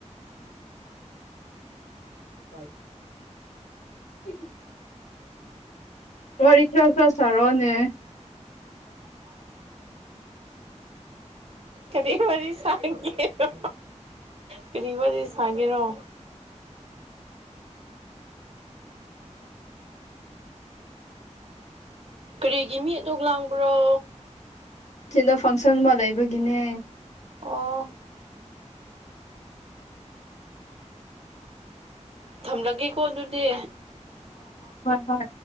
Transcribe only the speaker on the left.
ꯑꯟꯑꯣꯗꯤꯕꯜ ꯋꯥꯔꯤ ꯈꯔ ꯈꯔ ꯁꯥꯔꯛꯑꯣꯅꯦ
ꯁꯤꯗ ꯐꯪꯁꯟ ꯑꯃ ꯂꯩꯕꯒꯤꯅꯦ
ꯍꯣꯏ